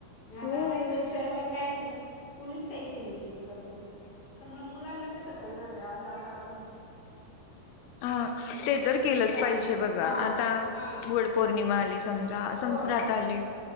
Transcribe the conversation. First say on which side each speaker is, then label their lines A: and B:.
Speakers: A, on the left (about 65°); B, on the left (about 80°).
A: आता
B: हो.
A: नाही तर शहरात काय झालंय कुणीच काही सेलिब्रेट करत नाही तर मुलांना कसं करणार आहे आज आता पण
B: हा ते तर केलंच
A: कानवले
B: पाहिजे बघा
A: हां
B: आता
A: हां
B: वड पौर्णिमा आली समजा
A: हो
B: संक्रांत आली